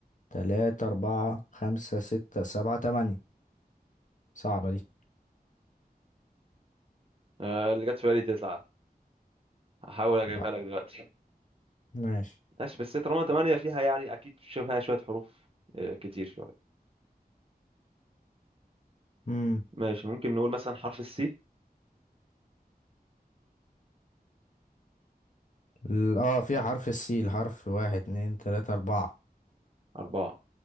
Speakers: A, on the left; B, on the right.
A: تلاتة أربعة خمسة ستة سبعة تمانية صعبة دي
B: آه، اللي جت في بالي تسعه هحاول اجيبها
A: لا
B: لك دلوقتي
A: ماشي
B: <laughs> ماشي بس طالما تمانية فيها يعني اكيد فيها شويه حروف آه، كتير شويه
A: مم.
B: ماشي ممكن نقول مثلا حرف السي
A: ال- اه فيها حرف السي الحرف واحد اتنين تلاتة أربعة
B: اربعه